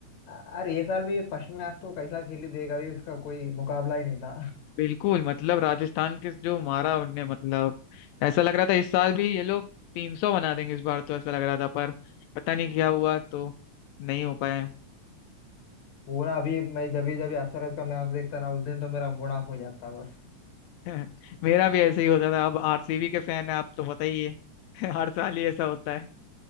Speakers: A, on the left; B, on the left.
A: अरे ये साल भी फर्स्ट मैच तो कैसा खेली देगा अभी उसका कोई मुकाबला ही नहीं था
B: बिल्कुल मतलब राजस्थान के जो मारा उनने मतलब ऐसा लग रहा था इस साल भी ये लोग तीन सौ बना देंगे इस बार तो ऐसा लग रहा था पर पता नहीं क्या हुआ तो नहीं हो पाया
A: पूरा अभी मैं जब भी जब भी एस आर एस का मैच देखता ना उस दिन तो मेरा मूड ऑफ हो जाता बस
B: <laughs> मेरा भी ऐसे ही होता था अब आरसीबी के फैन है आप तो पता ही है <laughs> हर साल ही ऐसा होता है